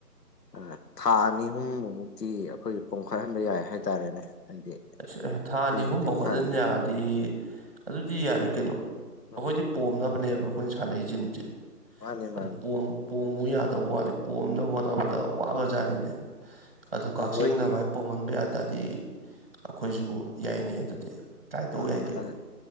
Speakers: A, on the left (about 75°); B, on the right (about 35°).
A: ꯑꯥ ꯊꯥ ꯑꯅꯤ ꯑꯍꯨꯝ ꯃꯨꯛꯇꯤ ꯑꯩꯈꯣꯏ ꯄꯣꯈꯠꯍꯟꯕ ꯌꯥꯏ ꯍꯥꯏꯇꯥꯔꯦꯅꯦ ꯍꯥꯏꯗꯤ
B: ꯑꯩꯁ ꯑꯦ ꯊꯥ ꯑꯅꯤ
A: ꯖꯤꯝ
B: ꯑꯍꯨꯝ
A: ꯁꯨꯡꯁꯥꯟ
B: ꯄꯣꯝꯈꯠꯍꯟ
A: ꯁꯥꯟꯅꯗ
B: ꯌꯥꯔꯗꯤ ꯑꯗꯨꯗꯤ ꯌꯥꯔꯦ ꯀꯩꯅꯣ ꯑꯩꯈꯣꯏꯗꯤ
A: ꯎꯝ
B: ꯄꯣꯝꯅꯕꯅꯦꯕ ꯑꯩꯈꯣꯏꯅ ꯁꯥꯟꯅꯩ ꯖꯤꯝꯁꯦ
A: ꯃꯥꯅꯤ
B: ꯑꯗꯨ
A: ꯃꯥꯅꯤ
B: ꯄꯣꯝ ꯄꯣꯝꯃꯨ ꯌꯥꯗꯕ ꯋꯥꯅꯤ ꯄꯣꯝꯅꯕ ꯍꯣꯠꯅꯕꯗ ꯋꯥꯒ꯭ꯔ ꯖꯥꯠꯅꯤꯅꯦ ꯑꯗꯨ
A: ꯑꯗꯣ
B: ꯀꯛꯆꯦꯡꯅ
A: ꯃꯣꯏꯒꯤ
B: ꯑꯃꯥꯏ ꯄꯣꯝꯍꯟꯕ ꯌꯥ ꯇꯔꯗꯤ ꯑꯩꯈꯣꯏꯁꯨ ꯌꯥꯏꯅꯦ ꯑꯗꯨꯗꯤ ꯇꯧ
A: ꯑꯥ
B: ꯌꯥꯏ ꯀꯩꯅꯣ
A: ꯑꯥ